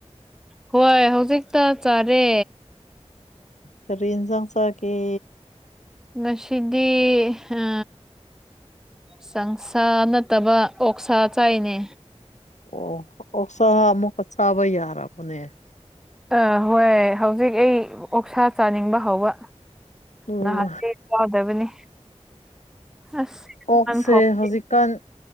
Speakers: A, in the centre; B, on the left.
A: ꯍꯣꯏ ꯍꯧꯖꯤꯛꯇ ꯆꯥꯔꯦ
B: ꯐꯔꯤꯟꯁꯥꯡꯁꯀꯤꯦ
A: ꯅꯁꯤꯗꯤ ꯑ ꯆꯪꯁꯥ ꯅꯠꯇꯕ ꯑꯣꯛꯁꯥ ꯆꯥꯏꯅꯦ
B: ꯑꯣ ꯑꯣ ꯁꯥ ꯃ ꯁꯥꯥꯕ ꯌꯥꯔꯄꯅꯦ
A: ꯑ ꯍꯣꯏ ꯍꯧꯖꯤꯛ ꯑꯩ ꯑꯣꯛꯁꯥ ꯆꯥꯅꯤꯡꯕ ꯍꯧꯕ
B: ꯎꯝ
A: ꯅꯍꯥꯟ ꯌꯥꯎꯗꯕꯅꯤ ꯑꯁ
B: ꯑꯣꯛꯁꯦ
A: ꯐꯥꯎꯕꯗꯤ
B: ꯍꯧꯖꯤꯛꯀꯥꯟ